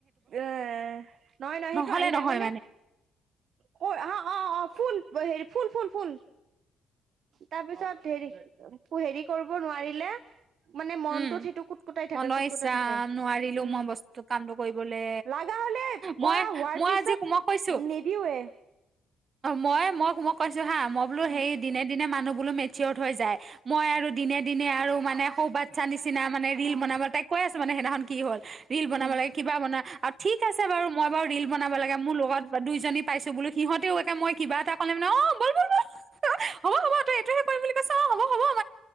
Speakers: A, on the right; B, on the right.
A: এ নহয় নহয়
B: নহ'লে
A: সেইটো আহি থাকে
B: নহয়
A: মানে ক অ অ অ ফুল হেৰি ফুল ফুল ফুল তাৰপিছত হেৰি হেৰি কৰিব নোৱাৰিলে। মানে মনটোত
B: উম
A: সেইটো কুটকুটাই থাকে
B: মনৰ
A: কুটকুটাই
B: ইচ ৰাম
A: থাকে,
B: নোৱাৰিলো
A: উম।
B: মই বস্তু কামটো কৰিবলে
A: লাগা হলে
B: মই
A: কৰা হোৱাৰ
B: মই
A: পিছত
B: আজি মই কৈছো
A: নিদিওৱে
B: মই। মক মক কৈছ হা মই বোলো
A: উম
B: সেই দিনে দিনে মানুহবো- বো মেচিয়ত হৈ যায় মই আৰু দিনে দিনে আৰু মানে সৌবাত। চানিছ চিনা মানে ৰিল
A: উম
B: বনাব তাই কৈ আছে মানে সেই দিনাখন। কি হ'ল? ৰিল বনাব
A: উম
B: লাগে কিবা বনা আৰু ঠিক আছে বাৰু মই বাৰু ৰিল বনাব লাগে মোৰ লগত দুইজনী পাইছো বোলো সিহতেও একে মই কিবা এটা কলে মানে অ বল হ'ব হব তই এইটোহে কৰিম বুলি কৈছ অ হব। হ'ব